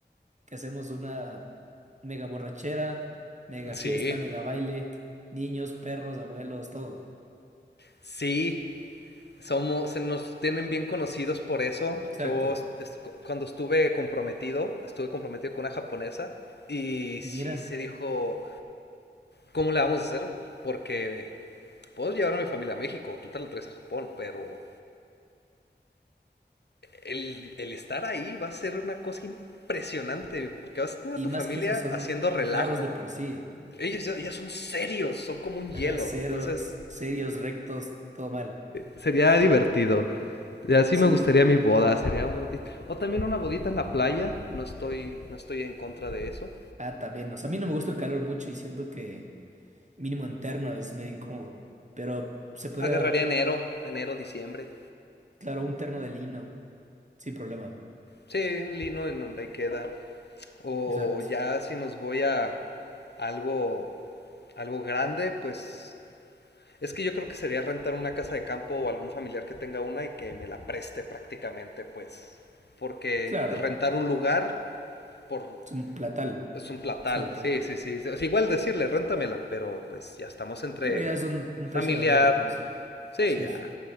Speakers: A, on the right (about 40°); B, on the left (about 65°).
A: Que hacemos una mega borrachera, mega
B: Sí,
A: fiesta, mega baile, niños, perros, abuelos, todo.
B: sí. Somos, se nos tienen bien conocidos por eso.
A: Exacto.
B: Yo est- cuando estuve comprometido, estuve comprometido con una japonesa y sí
A: Mira,
B: se dijo, ¿cómo le vamos a hacer? Porque puedo llevar a mi familia a México, tú te lo traes a Japón, pero el, el estar ahí va a ser una cosa impresionante, digo, porque vas a tener
A: y
B: a tu
A: más
B: familia
A: que eso son
B: haciendo relajo.
A: raros de por sí.
B: Ellos ya, ya son serios, son como un
A: Ajá,
B: hielo,
A: ceros,
B: entonces
A: serios, rectos, todo mal.
B: sería divertido. Así
A: Sí.
B: me gustaría mi boda, sería un- o también una bodita en la playa, no estoy no estoy en contra de eso.
A: Ah, también. O sea, a mí no me gusta el calor mucho y siento que mínimo interno es medio incómodo, pero se podría
B: Agarraría
A: dar.
B: enero, enero, diciembre.
A: Claro, un terno de lino, sin problema.
B: Sí, un lino en donde ahí queda. O
A: Exacto.
B: ya si nos voy a algo algo grande, pues Es que yo creo que sería rentar una casa de campo o algún familiar que tenga una y que me la preste prácticamente, pues. Porque
A: Claro,
B: rentar un lugar por
A: es un platal.
B: es un platal.
A: Exacto.
B: Sí, sí, sí. Es igual decirle, réntamela, pero pues ya estamos entre,
A: Pero ya es
B: entre
A: un, un
B: familiar.
A: precio de amigos, pues.
B: Sí,
A: Sí,
B: ya.